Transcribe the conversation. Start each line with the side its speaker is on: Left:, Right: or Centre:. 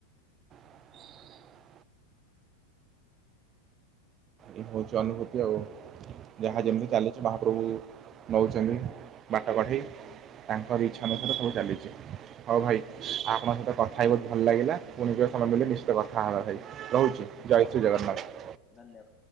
Right: ହୁଁ ଏ ହଉଛି ଅନୁଭୂତି ଆଉ। ଯାହା
Left: ଆଜ୍ଞା
Right: ଯେମତି ଚାଲି ଚି ମହାପ୍ରଭୁ ନଉଚନ୍ତି
Left: ଆଜ୍ଞା
Right: ବାଟ କଢ଼େଇ ତାଙ୍କରି ଇଚ୍ଛା ଅନୁସାରେ ସବୁ ଚାଲିଛି। ହଉ ଭାଇ! ଆଉ ଆପଣଙ୍କ ସହିତ କଥା ହେଇ ବହୁତ ଭଲ ଲାଗିଲା। ପୁଣି କେବେ ସମୟ
Left: ଆଜ୍ଞା
Right: ମିିଳିଲେ
Left: ଆଜ୍ଞା
Right: ନିଶ୍ଚିତ କଥା ହେବା ଭାଇ? ରହୁଛି। ଜୟ ଶ୍ରୀ ଜଗନ୍ନାଥ।
Left: ଧନ୍ୟବା